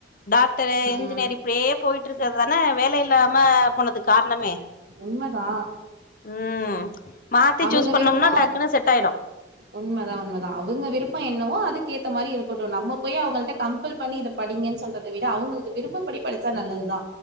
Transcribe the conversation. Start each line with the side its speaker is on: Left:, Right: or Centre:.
Left: டாக்டரு இ
Right: ம்
Left: ன்ஜினியர் இப் டியே போயிட்டுருக்கிறது தான வேலை இல்லாம போனதுக் கார்ணமே
Right: உண்மதா
Left: ம் மாத்தி
Right: அவங்க
Left: சூஸ் பண்ணோம்னா
Right: விருப்போ
Left: டக்குனு செட் ஆயிடு
Right: உண்மதா உண்மதா அவுங்க விருப்ப என்னவோ அதுக்கேத்த மாரி இருக்கட்டு நம்ம போய் அவுங்கள்ட கம் ப்பல் பண்ணி இத படிங்கன் சொல்றத விட அவுங்களுக்கு விருப்பப்படி படிச்சா நல்லதுதா